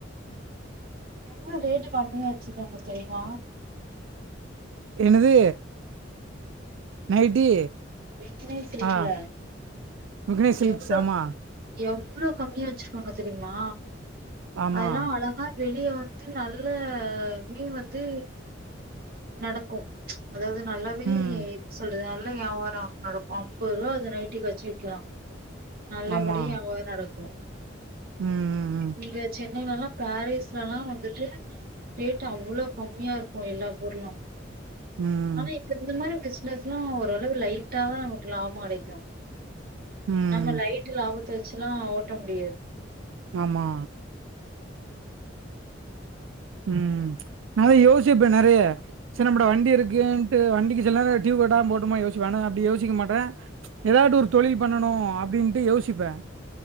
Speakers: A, on the right; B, on the right.
A: எவ்ளோ ரேட்டு கம்மியா வெச்சிருக்காங்க தெரிமா
B: என்னது நைட்டி
A: விக்னேஸ் இருக்குல
B: ஆ விக்னேஷ்ஸ் சில்க்ஸ்
A: எவ்ளோ
B: ஆமா
A: எவ்ளோ கம்மியா வெச்சிருக்காங்க தெரியுமா
B: ஆமா
A: அதெல்லா அழகா வெளிய வந்து நல்ல மெய்ன் வந்து நடக்கு அதாவ்து நல்லாவே
B: ம்
A: என்ன சொல்றது நல் ல ‌வியாபாரோ நடக்கு அம்பர்ருவா அந்த நைட்டிக் வெச்சு விக்கலா நல்லபடியா
B: ஆமா
A: வியாபாரோ நடக்கு
B: ம் ம்
A: இங்க வெச்சு சென்னைலல்லா பாரீஸ்லல்லா வந்துட்டு ரேட்டு அவ்ளோ கம்மியா இருக்கு எல்லா பொருளு
B: ம்
A: ஆனா என்க் இந்த மாரி பிஸ்னஸ்லா ஓரளவு லைட்டாதா நமக்கு லாபோ கெடைக்கு
B: ம் ம்
A: நம்ம லைட்டு லாபத்த வெச்சல்லா ஓட்ட முடியாது
B: ஆமா ம் நா அதா யோசிப்பே நெறைய சரி நம்மட்ட வண்டி இருக்குன் ட்டு வண்டிக்கு சில நேரோ ட்யூ கட்டாம போட்டுமா யோசிப்பே ஆனா அப்டி யோசிக்க மாட்ட எதாவ்து ஒரு தொழில் பண்ணனு அப்டின்ட்டு யோசிப்பே